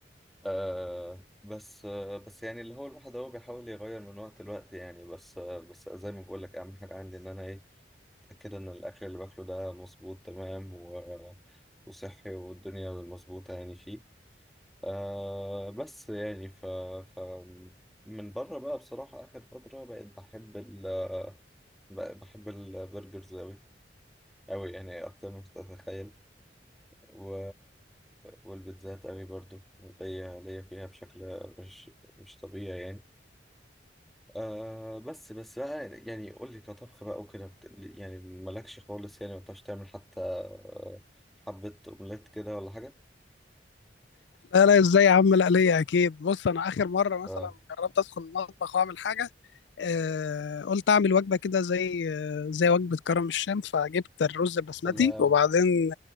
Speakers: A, in the centre; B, on the left (about 75°).
A: آه بس آه بس يعني اللي هو الواحد هو بيحاول يغير من وقت لوقت يعني بس آه بس زي ما بقول لك اهم حاجه عندي ان انا ايه اتاكد ان الاكل اللي باكله ده مظبوط تمام و وصحي والدنيا مظبوطه يعني فيه آه بس يعني ف ف من بره بقى بصراحه اخر فتره بقيت بحب ال بقى- بحب البرجرز اوي اوي يعني اكتر ما تتخيل و... والبيتزات قوي برضو ليا ليا فيها بشكل مش مش طبيعي يعني آه بس بس بقى يعني قول لي كطبخ بقى وكده بت... يعني مالكش خالص يعني ما بتعرفش تعمل حتى آه، حبة أومليت كده ولا حاجة
B: لا لا ازاي يا عم لا ليا اكيد بص انا اخر مره مثلا
A: آه
B: جربت ادخل المطبخ واعمل حاجه آه، قلت اعمل وجبه كده زي آه، زي وجبه كرم الشام فجبت الرز البسمتي
A: ولا
B: وبعدين